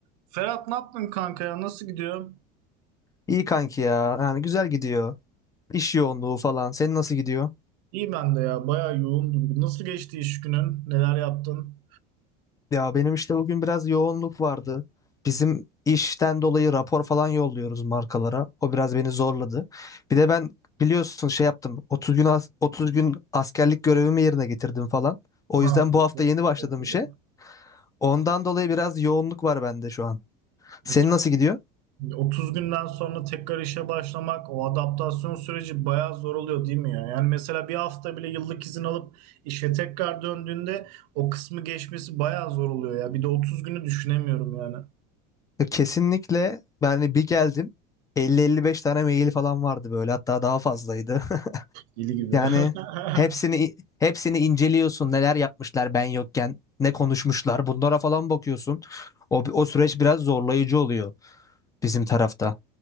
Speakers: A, on the right (about 75°); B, on the left (about 15°).
A: Ferhat ne yaptın kanka ya? Nasıl gidiyor?
B: İyi kanki ya. Yani güzel gidiyor. İş yoğunluğu falan. Senin nasıl gidiyor?
A: İyi ben de ya. Bayağı yoğundum. Nasıl geçti iş günün? Neler yaptın?
B: Ya benim işte bugün biraz yoğunluk vardı. Bizim işten dolayı rapor falan yolluyoruz markalara. O biraz beni zorladı. Bir de ben biliyorsun şey yaptım. 30 gün as- 30 gün askerlik görevimi yerine getirdim falan. O
A: Ha,
B: yüzden
A: evet,
B: bu hafta
A: ben de
B: yeni
A: bir
B: başladım
A: şey yapmadım.
B: işe. Ondan dolayı biraz yoğunluk var bende şu an. Senin
A: Of.
B: nasıl gidiyor?
A: 30 günden sonra tekrar işe başlamak, o adaptasyon süreci bayağı zor oluyor değil mi ya? Yani mesela bir hafta bile yıllık izin alıp işe tekrar döndüğünde o kısmı geçmesi bayağı zor oluyor ya. Bir de 30 günü düşünemiyorum yani.
B: Ya kesinlikle ben de bir geldim Elli, elli beş tane mail falan vardı böyle hatta daha fazlaydı. <laughs>
A: Deli gibi.
B: Yani
A: <laughs>
B: hepsini hepsini inceliyorsun neler yapmışlar ben yokken ne konuşmuşlar bunlara falan bakıyorsun. O, o süreç biraz zorlayıcı oluyor bizim tarafta.